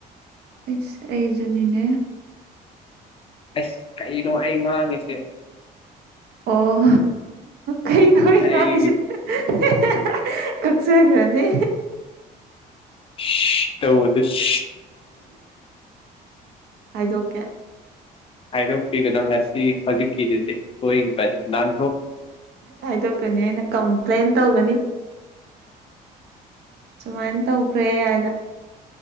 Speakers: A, on the right; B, on the left.
A: ꯑꯩꯁ ꯑꯩꯖꯨꯅꯤꯅꯦ
B: ꯑꯁ ꯀꯩꯅꯣ ꯑꯩ ꯉꯥꯡꯉꯤꯁꯦ
A: ꯑꯣ ꯀꯩꯅꯣ ꯑꯩ
B: ꯑꯩꯒꯤ
A: ꯉꯪ ꯏꯁꯦ ꯍꯦ ꯀꯛꯆꯒ꯭ꯔꯅꯤ
B: ꯁꯦꯁ ꯇꯧꯕꯗꯣ ꯁꯦꯁ
A: ꯍꯥꯏꯗꯣꯀꯦ
B: ꯍꯥꯏꯗꯣꯛꯄꯤꯒꯅꯨ ꯉꯁꯤ ꯍꯧꯖꯤꯛꯀꯤꯗꯨꯗꯤ ꯁꯣꯏꯈꯤꯕꯅꯦ ꯅꯟ
A: ꯍꯥꯏꯗꯣꯛꯀꯅꯤ ꯑꯩꯅ ꯀꯝꯄ꯭ꯂꯦꯟ ꯇꯧꯒꯅꯤ ꯁꯨꯃꯥꯏꯅ ꯇꯧꯈ꯭ꯔꯦ ꯍꯥꯏꯅ